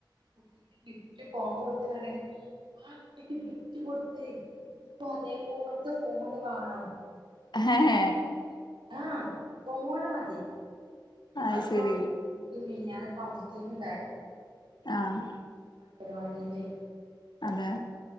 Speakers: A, on the right; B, on the left.
A: കുട്ടിക്ക് ഗിഫ്റ്റ് കൊമ്പ ടുത്തതാണെങ്കിൽ ആ കുട്ടിക്ക് ഗിഫ്റ്റ് കൊടുത്ത് ഇപ്പോ അതേപലത്തെ ഫോണ് വേണം
B: അഹ ഹേ
A: ആഹ് ഫോണ് മതി
B: അത്
A: അപ്പം
B: ശരി
A: എക്ക് മിനിയാന കൗൺസിലിംഗ് ണ്ടായിരുന്നു
B: ആഹ്
A: അംഗൻവാടില്ലേ
B: അതെ